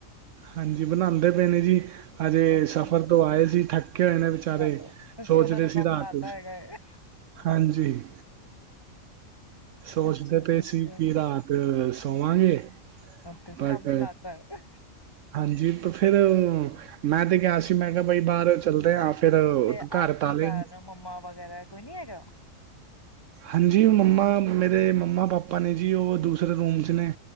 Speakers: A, on the right; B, on the left.
A: ਹਾਂਜੀ ਬਣਾਉਂਦੇ ਪਏ ਨੇ ਜੀ। ਹਜੇ
B: ਅੱਛਾ
A: ਸਫ਼ਰ
B: ਅੱਛਾ
A: ਤੋਂ ਆਏ ਸੀ ਥੱਕੇ ਹੋਏ ਨੇ ਵਿਚਾਰੇ,
B: ਚਲੋ ਤੁਸੀਂ
A: ਸੋਚ
B: ਉਹਨਾਂ
A: ਰਹੇ
B: ਨੂੰ
A: ਸੀ
B: ਕੰਮ
A: ਰਾਤ
B: ਲਾਤਾ
A: ਕੁਛ
B: ਹੈਗਾ ਹੈ
A: ਹਾਂਜੀ। ਸੋਚਦੇ
B: ਅੱਛਾ
A: ਪਏ
B: ਜੀ ਅੱਛਾ
A: ਸੀ ਕੀ ਰਾਤ ਤੇ ਸੋਵਾਂਗੇ
B: ਤੇ
A: ਬਟ
B: ਕੰਮ ਹੀ ਲਾਤਾ ਹੈ
A: ਹਾਂਜੀ, ਪਰ ਫਿਰ, ਮੈਂ ਤੇ ਕਿਹਾ ਸੀ ਮੈਂ ਕਿਹਾ ਬਈ ਬਾਹਰ ਚੱਲਦੇ ਆ। ਫਿਰ
B: ਤੇ
A: ਘਰ
B: ਆਪ ਜੀ
A: ਤਾਲੇ
B: ਘਰ ਮੰਮਾ ਵਗੈਰਾ, ਕੋਈ ਨੀ ਹੈਗਾ?
A: ਹਾਂਜੀ, ਮੰਮਾ, ਮੇਰੇ ਮੰਮਾ -ਪਾਪਾ ਨੇ ਜੀ ਉਹ ਦੂਸਰੇ ਰੂਮ ਚ ਨੇ।